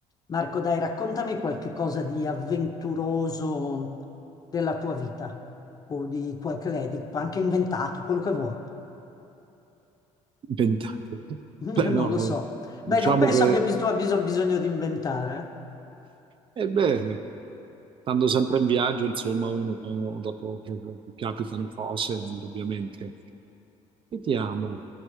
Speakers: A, on the left (about 30°); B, on the right (about 40°).
A: Marco, dai, raccontami qualche cosa di avventuroso della tua vita o di qualche lei, di- anche inventato, quello che vuoi.
B: Inventato.
A: <laughs>
B: Beh, no,
A: Non lo
B: vabbè.
A: so.
B: Diciamo
A: Beh, non penso
B: che,
A: abbia bis- tu abbia bisogno di inventare.
B: ebbene, stando sempre in viaggio, insomma, uno dopo capitano cose, indubbiamente. Vediamo,